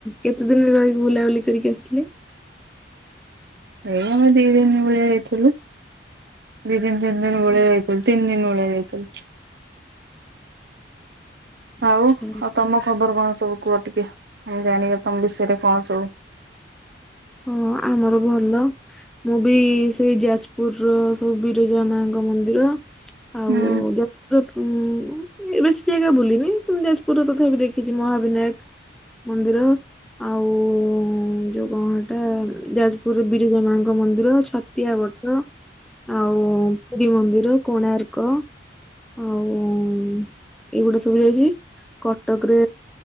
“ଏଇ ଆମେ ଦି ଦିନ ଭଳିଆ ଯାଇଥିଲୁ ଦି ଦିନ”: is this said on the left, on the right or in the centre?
Right